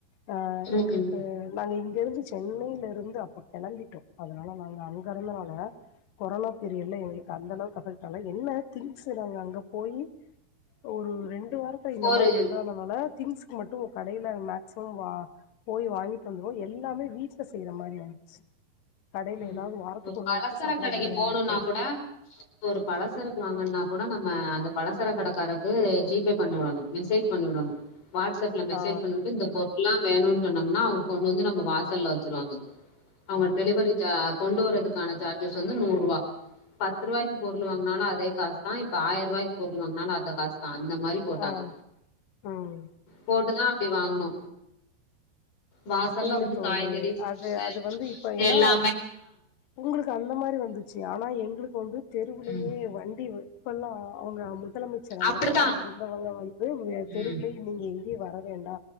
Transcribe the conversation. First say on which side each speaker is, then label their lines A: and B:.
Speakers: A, on the left; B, on the left.
A: ஆ
B: ம்
A: எங்களுக்கு
B: ம்
A: நல் இருந்து சென்னையில இருந்து அப்ப கெளம்பிட்டோ அதனால நாங்க அங்க இருந்தனால கொரோனா பீரியட்ல எங்களுக்கு அந்த அளவுக்கு அஃபெக்ட் ஆல என்ன திங்ஸ் நாங்க அங்க போய் ஒரு ரெண் ண்டு வார்த்தை இந்த
B: ஒரு
A: மாரி இதா அதனால திங்ஸ்கு மட்டும் கடையில மேக்ச்சிமம் வா போய் வாங்கிட்டு வந்துருவோ எல்லாமே வீட்ல செய்யிற மாரி <inaudible> கடையில
B: ம்
A: ஏதாவது வாரத்துக்கு
B: ஒரு பலசர
A: நாள் கூட சாப்பிட
B: கடைக்கு
A: முடியாத
B: போணும்னா
A: போக
B: கூட ஒரு பழசரக்கு வாங்கணுனா கூட நம்ம அ அந்த பலசர கடைக்காரருக்கு ஜிபே பண்ணி விடணு மெசேஜ் பண்ணி விடணு வாட்ஸ்அப்ல மெசேஜ்
A: ஆ
B: பண்ணிட்டு இந்த போர் இல்லா வேணும் சொன்னோம்னா அவ கொண்டு வந்து நம்ம வாசல்ல வச்சுருவாங்க அவங்க டெலிவரி ஜ கொண்டு வறதுக்கான சார்ஜஸ் வந்து நூறு ரூபா பத்து ரூபாய்க்கு பொருள் வாங்கினாலு அதே காசு தான் இப்ப ஆயிர ரூபாய்கு பொருள் வாங்கினாலு அந்த காசு தா இப்ப அந்த மாரி போட்டாங்க
A: ஆ ம்
B: போட்டு இதா அப்டி வாங்கனு வாசல்ல
A: இல்ல
B: வந்து
A: தோழி
B: காய்கறி ஜூஷூ
A: அது அது வந்து இப்ப ஏன்னா
B: எல்லா
A: உங்களுக்கு அந்த மாரி வந்துச்சுயா ஆனா எங்களுக்கு வந்து தெருவுலேயே
B: ம்
A: வண்டி வ இப்பெல்லா அவுங்க அமுல் முதலமைச்சர் அந்த
B: அப்டித்தா
A: டத்துல இருந்தவங்க வந்து தெருவுல
B: ம்
A: நீங்க எங் யே வர வேண்டா